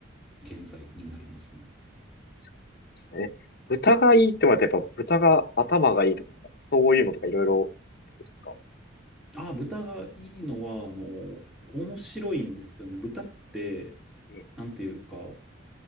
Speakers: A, in the centre; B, on the left.
A: 現在になりますね。
B: そうですね。豚がいいってのはやっぱ豚が頭がいいとか、なんかそういうのとかいろいろってことですか
A: あ、豚がいいのは、あの、面白いんですよね。豚って、
B: ええ、
A: なんていうか、